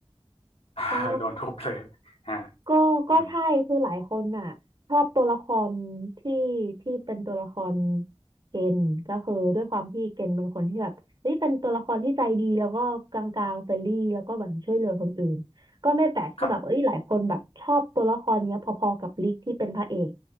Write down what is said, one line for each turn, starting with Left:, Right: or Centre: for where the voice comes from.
Left: <laughs> อ่าโดนทุบเลย
Right: ก็
Left: <laughs> ฮะ
Right: ก็ก็ใช่คือหลายคนน่ะชอบตัวละครที่ที่เป็นตัวละคร
Left: อืม
Right: เกณฑ์ก็คือด้วยความที่เกณฑ์เป็นคนที่แบบเฮ้ยเป็นตัวละครที่ใจดีแล้วก็กลางๆเฟรนลี่แล้วก็แบบช่วยเหลือคนอื่นก็ไม่แปลกที่แบบเอ้ยหลายคนแบบชอบตัวละครเนี้ยพอๆกับลิกที่เป็นพระเอก
Left: ครับ